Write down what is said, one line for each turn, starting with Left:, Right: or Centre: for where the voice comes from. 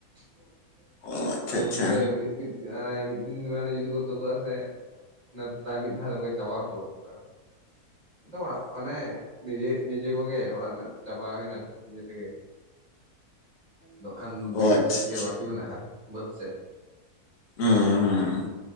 Right: ᱾ <inaudible>
Left: ᱚ ᱟᱪᱪᱷᱟ
Right: ᱟᱫᱚ
Left: ᱟᱪᱪᱷᱟ
Right: ᱩᱱᱠᱩ ᱜᱮ ᱢᱤᱫ ᱢᱤᱫ ᱢᱟᱱᱮ ᱢᱤᱫ ᱫᱤᱱ ᱢᱟᱱᱮ ᱡᱩᱫᱤ ᱠᱚ ᱛᱚᱫᱚᱜ-ᱟ ᱥᱮ ᱢᱟᱱᱮ ᱯᱨᱟᱭ ᱢᱤᱫ ᱫᱷᱟᱣ ᱫᱚᱠᱚ ᱪᱟᱵᱟ ᱦᱚᱴᱚ ᱠᱟᱜ ᱛᱟᱯᱮᱭᱟ᱾ ᱟᱫᱚ ᱚᱲᱟᱜ ᱢᱟᱱᱮ ᱱᱤᱡᱮ ᱱᱤᱡᱮ ᱠᱚᱜᱮ ᱚᱲᱟᱜ ᱨᱮᱱᱟᱜ ᱪᱟᱵᱟ ᱦᱩᱭᱱᱟ ᱱᱤᱡᱮ ᱛᱮᱜᱮ᱾ ᱫᱚ ᱠᱷᱟᱱ ᱵᱟᱹᱭᱦᱟᱹᱲ
Left: ᱚ ᱟᱪᱪᱷᱟ
Right: ᱥᱮᱫ ᱜᱮ ᱵᱟᱠᱤ ᱢᱮᱱᱟᱜᱼᱟ ᱵᱟᱹᱫᱽ ᱥᱮᱫ᱾
Left: ᱦᱩᱸ ᱦᱩᱸ